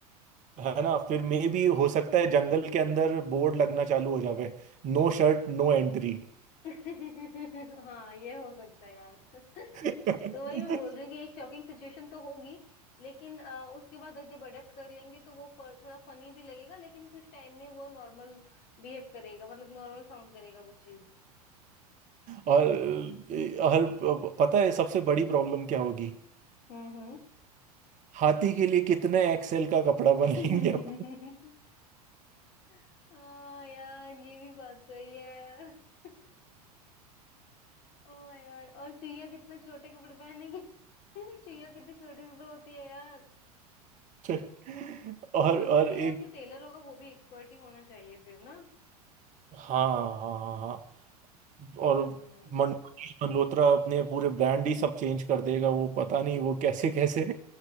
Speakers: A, on the right (about 40°); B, on the left (about 55°).
A: है ना फिर मे भी हो सकता है जंगल के अंदर बोर्ड लगना चालू हो जावे No shirt no entry
B: <laughs> हाँ ये हो सकता है यार <laughs> तो
A: <laughs>
B: वही मैं बोल रही हूँ कि एक शॉकिंग सिचुएशन तो होगी लेकिन अ, उसके बाद जब अडेप्ट कर लेंगे तो वो फ- थोड़ा फनी भी लगेगा लेकिन कुछ टाइम में वो नॉर्मल बिहेव करेगा मतलब नॉर्मल साउंड करेगा वो चीज
A: और और पता है सबसे बड़ी प्रॉब्लम क्या होगी
B: हम्म
A: हाथी के लिए कितने एक्सेल का कपड़ा बनाएंगे
B: हम्म।
A: अपन
B: <laughs> हाँ यार ये भी बात सही है <laughs> ओ माय गॉड और चुईया कितना छोटे कपड़े पहनेगी <laughs> चुईया कितनी छोटी सी तो होती है यार
A: <laughs> और
B: मतलब उनके
A: और
B: लिए
A: एक
B: यार जो टेलर होगा वो भी एक्सपर्ट ही होना चाहिए फिर ना
A: हाँ हाँ हाँ हाँ और
B: हम्म
A: मन- मनीष मल्होत्रा अपने पूरे ब्रांड ही सब चेंज कर देगा वो पता नहीं वो कैसे कैसे